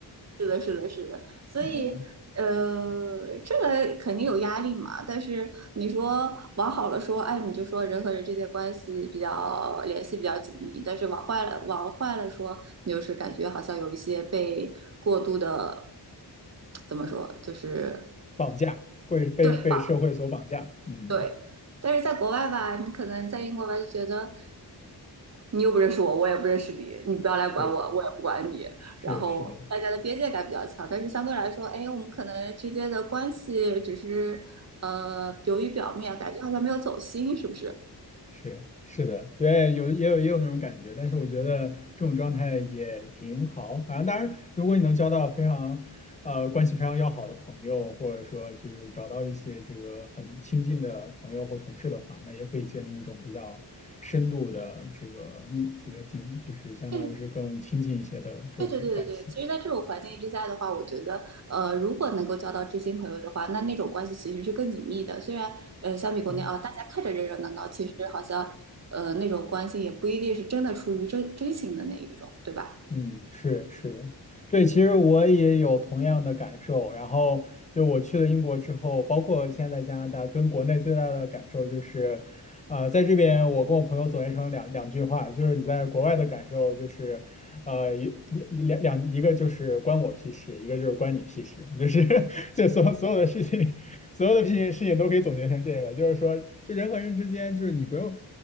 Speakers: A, on the right; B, on the left.
A: 是的，是的，是的，所以呃，
B: 嗯，
A: 这个肯定有压力嘛。但是你说往好了说，哎，你就说人和人之间关系比较联系比较紧密；但是往坏了，往坏了说，你就是感觉好像有一些被过度的，怎么说，就是
B: 绑架，会被被社会所绑架。
A: 对
B: 嗯，
A: 对。但是在国外吧，你可能在英国吧，就觉得。你又不认识我，我也不认识你，你不要来管我，
B: 是
A: 我也不管你。
B: 是是的。
A: 然后大家的边界感比较强，但是相对来说，哎，我们可能之间的关系只是呃流于表面，感觉好像没有走心，是不是？
B: 是是的，对，有也有也有那种感觉，但是我觉得这种状态也挺好。反正当然，如果你能交到非常呃关系非常要好的朋友，或者说就是找到一些这个很亲近的朋友或同事的话，那也可以建立一种比较深度的这个密这个紧，就是相当于是更亲近一些的这种关系。
A: 嗯，对对对对对。其实，在这种环境之下的话，我觉得呃，如果能够交到知心朋友的话，那那种关系其实是更紧密的。虽然呃，相比国内啊，
B: 是。
A: 大家看着热热闹闹，其实好像呃那种关系也不一定是真的出于真真心的那一种，对吧？
B: 嗯，是是的，对，其实我也有同样的感受。然后就我去了英国之后，包括现在在加拿大，跟国内最大的感受就是，呃，在这边我跟我朋友总结成两两句话，就是你在国外的感受就是，呃，一两两一个就是关我屁事，一个就是关你屁事，就是 <laughs> 就所所有的事情所有的事情事情都可以总结成这个，就是说，就人和人之间，就是你不用，